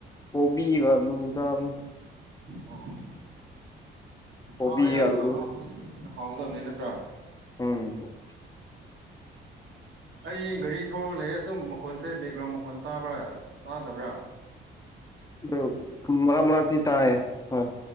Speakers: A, on the left; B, on the right.
A: ꯀꯣꯕꯤꯒ ꯑꯂꯨ ꯆꯥꯕꯅꯤ꯫
B: ꯑꯣ ꯁꯥ
A: ꯀꯣꯕꯤꯒ
B: ꯑꯌꯥꯏꯕꯒ
A: ꯑꯂꯨ
B: ꯍꯥꯞꯄꯗ <unintelligible> ꯍꯥꯎꯒꯗꯕꯅꯤ ꯅꯠꯇ꯭ꯔꯥ꯫
A: ꯎꯝ
B: ꯑꯩ ꯒꯥꯔꯤ ꯊꯧꯔꯒ ꯂꯩꯌꯦ ꯑꯗꯨꯝ ꯃꯈꯣꯟꯁꯦ ꯕꯦꯛꯒ꯭ꯔꯥꯎꯟ ꯃꯈꯣꯟꯜ ꯇꯥꯕ꯭ꯔꯥ ꯇꯥꯗꯕ꯭ꯔꯥ꯫
A: ꯑꯗꯨ ꯃꯔꯥꯛ ꯃꯔꯥꯛꯇꯤ ꯇꯥꯏꯌꯦ ꯍꯣꯏ꯫